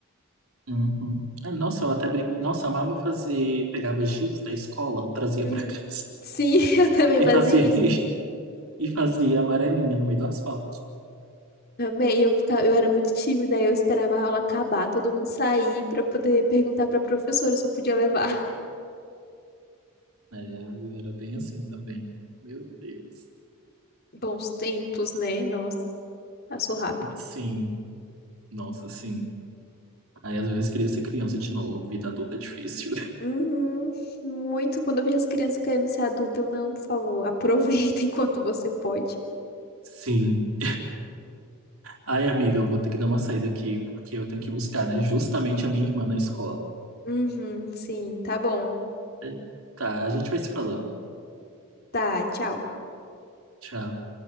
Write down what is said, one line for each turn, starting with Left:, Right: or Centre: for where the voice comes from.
Right: Uhum. Ah, nossa, eu até brin... Nossa, amava fazer, pegava giz da escola, trazia
Left: Uhum.
Right: pra <laughs> casa
Left: Sim, <laughs> eu também
Right: e
Left: fazia
Right: fazia
Left: isso.
Right: <laughs> e fazia amarelinha no meio do asfalto.
Left: Também, eu ficava, eu era muito tímida, aí eu esperava a aula acabar, todo mundo sair pra poder perguntar pra professora se eu podia levar. <laughs>
Right: É, era bem assim também. Meu Deus.
Left: Bons tempos, né? Nossa, passou rápido.
Right: Sim, nossa, sim. Aí às vezes queria ser criança de novo, vida adulta é difícil.
Left: Uhum, muito. Quando eu vejo as crianças querendo ser adulta, eu não, por favor, aproveita <laughs> enquanto você pode.
Right: <laughs> Sim. Ai, amiga, eu vou ter que dar uma saída aqui, porque eu tenho que buscar, né? Justamente a minha irmã na escola.
Left: Uhum, sim, tá bom.
Right: É, Tá, a gente vai se falando.
Left: Tá, tchau.
Right: Tchau.